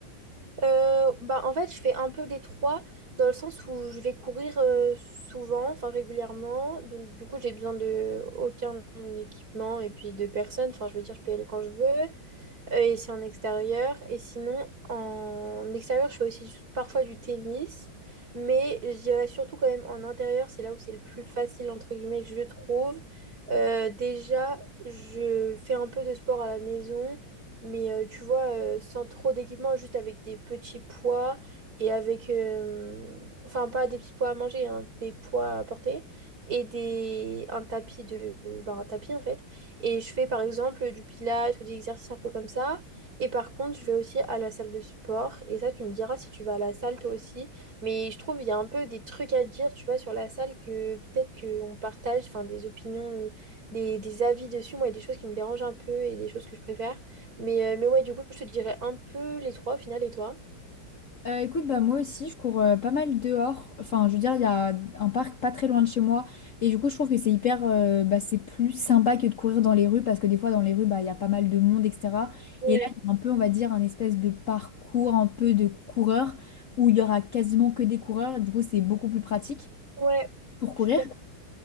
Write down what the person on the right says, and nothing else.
Euh, bah, en fait, je fais un peu des trois dans le sens où je vais courir euh, souvent, enfin régulièrement. Donc, du coup, j'ai besoin de aucun équipement et puis de personne. Enfin, je veux dire, je peux y aller quand je veux. Euh, et c'est en extérieur. Et sinon, en extérieur, je fais aussi parfois du tennis. Mais je dirais surtout quand même en intérieur, c'est là où c'est le plus facile, entre guillemets, je trouve. Euh, déjà, je fais un peu de sport à la maison. Mais euh, tu vois, euh, sans trop d'équipement, juste avec des petits poids et avec... euh, enfin, pas des petits poids à manger, hein, des poids à porter et des, un tapis de... ben, un tapis en fait. Et je fais par exemple du pilates ou des exercices un peu comme ça. Et par contre, je vais aussi à la salle de sport. Et ça, tu me diras si tu vas à la salle toi aussi. Mais je trouve il y a un peu des trucs à dire, tu vois, sur la salle que peut-être qu'on partage, enfin des opinions, euh, des, des avis dessus. Moi, il y a des choses qui me dérangent un peu et des choses que je préfère. Mais, euh, mais ouais, du coup, je te dirais un peu les trois au final et toi.
Ouais,
ouais,
je
suis d'accord.